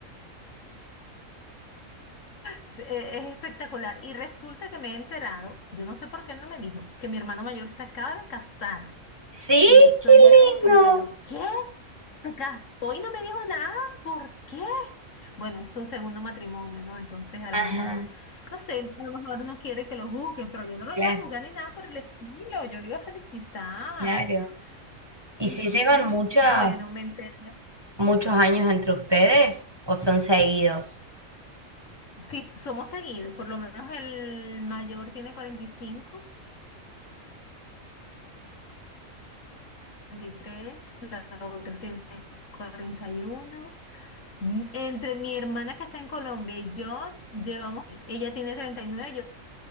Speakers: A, on the left; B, on the right.
A: Es es espectacular. Y resulta que me he enterado, yo no sé por qué él no me dijo, que mi hermano mayor se acaba de casar.
B: Sí,
A: Y eso
B: qué
A: ayer
B: lindo.
A: como que me cayó, ¿qué? ¿Se casó y no me dijo nada? ¿Por qué? Bueno, es su segundo matrimonio, ¿no? Entonces a
B: Ajá,
A: lo mejor, no sé, a lo mejor no quiere que lo juzguen, pero yo no lo
B: claro,
A: iba a juzgar ni nada por el estilo, yo lo iba a felicitar.
B: claro. ¿Y
A: Entonces,
B: se llevan muchas,
A: bueno, me enteré.
B: muchos años entre ustedes o son seguidos?
A: Sí, somos seguidos, por lo menos el mayor tiene 45 23, la otra tiene 41. N- Entre mi hermana que está en Colombia y yo llevamos, ella tiene 39, yo